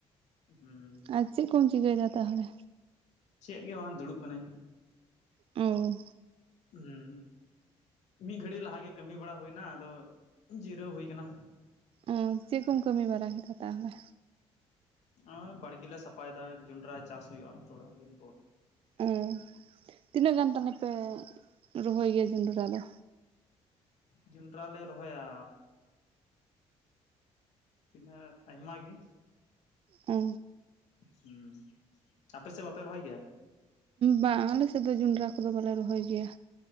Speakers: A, on the left; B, on the right.
A: ᱦᱩᱸ᱾
B: ᱟᱨ ᱪᱮᱫ ᱠᱚᱢ ᱪᱤᱠᱟᱹᱭᱮᱫᱟ ᱛᱟᱦᱞᱮ?
A: ᱪᱮᱫ ᱜᱮ ᱵᱟᱝ ᱫᱩᱲᱩᱵ ᱠᱟᱹᱱᱟᱹᱧ᱾
B: ᱚᱼᱼ
A: ᱦᱩᱸ᱾ ᱢᱤᱫ ᱜᱷᱟᱹᱲᱤ ᱞᱟᱦᱟ ᱜᱮ ᱠᱟᱹᱢᱤ ᱵᱟᱲᱟ ᱦᱩᱭ ᱱᱟ ᱟᱫᱚ ᱡᱤᱨᱟᱹᱣ ᱦᱩᱭ ᱠᱟᱱᱟ᱾
B: ᱚ ᱪᱮᱫ ᱠᱚᱢ ᱠᱟᱹᱢᱤ ᱵᱟᱲᱟ ᱠᱮᱫᱟ ᱛᱟᱦᱚᱞᱮ?
A: ᱚᱭ ᱵᱟᱲᱜᱤ ᱞᱮ ᱥᱟᱯᱟᱭ ᱫᱟ ᱡᱚᱱᱰᱨᱟ ᱪᱟᱥ ᱦᱩᱭᱩᱜᱼᱟ ᱛᱷᱚᱲᱟ ᱫᱤᱱ ᱯᱚᱨ᱾
B: ᱚ ᱛᱤᱱᱟᱹᱜ ᱜᱟᱱ ᱛᱟᱞᱦᱮ ᱯᱮ ᱨᱚᱦᱚᱭ ᱜᱮᱭᱟ ᱡᱚᱸᱰᱨᱟ ᱫᱚ?
A: ᱡᱚᱸᱰᱨᱟ ᱞᱮ ᱨᱚᱦᱚᱭᱟ᱾ ᱛᱤᱱᱟᱹᱜ ᱟᱭᱢᱟ ᱜᱤ᱾
B: ᱚ᱾
A: ᱦᱩᱸ ᱟᱯᱮ ᱥᱮ ᱵᱟᱯᱮ ᱨᱚᱦᱚᱭ ᱜᱮᱭᱟ?
B: ᱵᱟᱝ ᱟᱞᱮ ᱥᱮᱫ ᱫᱚ ᱡᱚᱱᱰᱨᱟ ᱠᱚᱫᱚ ᱵᱟᱞᱮ ᱨᱚᱦᱚᱭ ᱜᱮᱭᱟ᱾